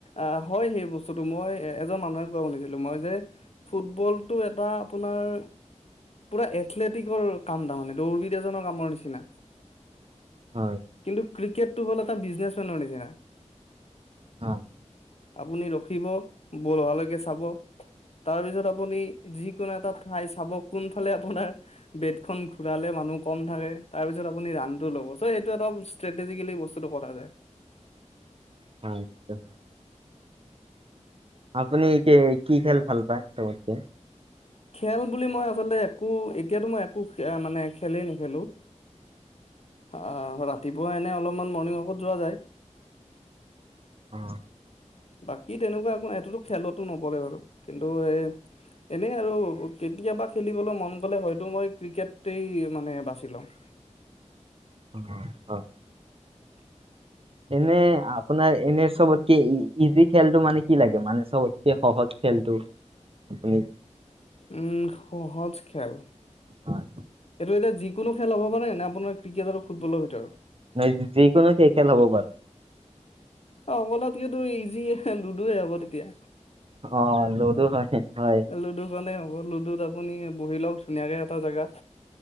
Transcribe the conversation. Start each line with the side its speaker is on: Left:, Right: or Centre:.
Left: আ হয় সেই বস্তুটো মই এ এজন মানুহে কোৱা শুনিছিলো মই যে ফুটবলতটো এটা আপোনাৰ পুৰা এথলেটিকৰ কাম, তাৰমানেটো উৰভিদ এজনৰ কামৰ নিচিনা।
Right: হয়
Left: কিন্তু ক্ৰিকেটটো হল এটা বিজনেচমেনৰ নিচিনা।
Right: হয়
Left: আপুনি ৰখিব বল অহালৈকে চাব তাৰপিছত আপুনি যিকোনো এটা ঠাই চাব কোনফালে আপোনাৰ বেটখণ ঘূৰালে মানুহ কম থাকে, তাৰপিছত আপুনি ৰানটো ল'ব চ সেইটোটা দম স্ত্ৰেজেটিকেলী বস্তুটো কৰা যায়।
Right: হয়ছো হয় <inaudible> আপুনি কে কি খেল ভাল পায়, চবতকে?
Left: খেল বুলি মই আচলতে একো এতিয়াতো মই একো মানে খেলেই নেখেলো। আহ ৰাতিপুৱা এনে অলপমান মৰ্নিং ৱাকত যোৱা যায়।
Right: অ
Left: বাকী তেনেকুৱা একো নাই, এইটোতো খেলতো নপৰে বাৰু কিন্তু সেইয়ে এনেই আৰু কেতিয়াবা খেলিবলৈ মন গ'লে হয়তো মই ক্ৰিকেটই মানে বাচি লওঁ। <inaudible>
Right: হয় <inaudible>
Left: <inaudible>
Right: এনে আপোনাৰ এনে চবতকে ইজি খেলতটো মানে কি লাগে? মানে চবতকে সহজ খেল? আোনাৰ <inaudible>
Left: উম সহজ খেল।
Right: হয়
Left: এইটো এতিয়া যিকোনো খেল হ'ব পাৰে নে আপোনাৰ ক্ৰিকেট আৰু ফুটবলৰ ভিতৰত?
Right: নাই যিকোনো খেই খেল হব পাৰে।
Left: অ' অকনাতকেতো ইজি লুডু হব তেতিয়া।
Right: অ লুডু হয় হয়
Left: লুডু খনে হ'ব লুডুত আপুনি বহি লওক ধুনীয়াকে এটা জেগাত